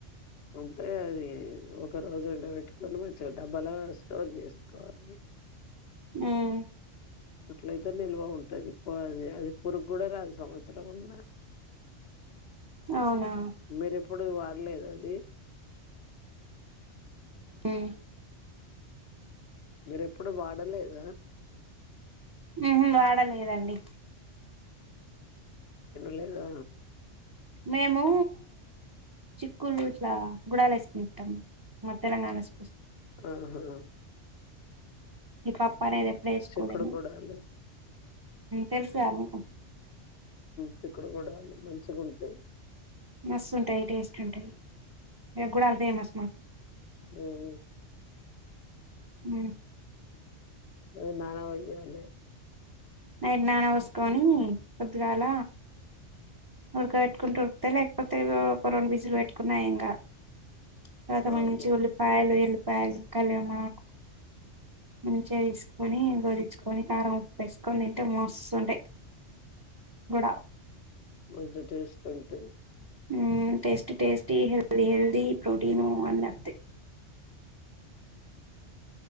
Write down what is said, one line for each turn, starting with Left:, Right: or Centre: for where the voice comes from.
Left: ఉంటే అది ఒక రోజుంట పెట్టుకొని మంచిగా డబ్బలా స్టోర్ చేసుకోవాలి
Right: మ్మ్
Left: అట్లయితే నిల్వ ఉంటది అది అది పురుగు కూడా రాదు సంవత్సరం వున్నా
Right: అవునా
Left: మీర ఎప్పుడు వాడలేదా అది
Right: మ్
Left: మీర ఎప్పుడు వాడలేదా
Right: హ్మ్ వాడలేదండి
Left: లేదా
Right: మేము చిక్కులు ఇట్లా గుడలు వేసుకుంటాం తెలంగాణ స్పెక్
Left: ఆహా
Right: మీకా అప్పానేది ఎప్పుడ వేసుకోడి
Left: చిక్కుడు గుడాలు
Right: తెలుసుగా మీకు
Left: చిక్కడు కూడా మంచిగా ఉంటాయి
Right: మస్తు ఉంటాయి టేస్ట్ ఉంటాయి ఎ కూడాల ఫేమస్ మాకు
Left: మ్మ్
Right: హ్మ్
Left: అ నానా వేయావలే
Right: నైట్ నాన పోసుకొని పోద్దుగాల ఉడక పెట్టుకుంటూ ఉరికితే లేకపోతే కొ రండు విజులు పెట్టుకున్నా ఏం కాదు తర్వాత మన
Left: అవును
Right: నుంచి ఉల్లిపాయలు ఎల్లిపాయలు కలి మకు మంచిగా తీసుకొని గోడిచ్చుకొని కారం ఉప్పు వేసుకొని తింటే మస్తుంటాయి ఆ
Left: మంచి టేస్ట్ ఉంటే
Right: హ్మ్ tasty tasty healthy healthy protein అని వతాయి